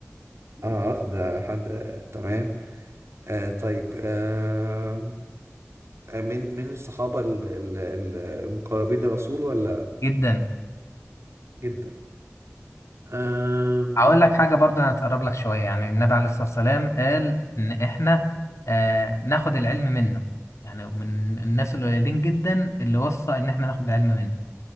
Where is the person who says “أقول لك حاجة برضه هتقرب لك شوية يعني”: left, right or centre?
Left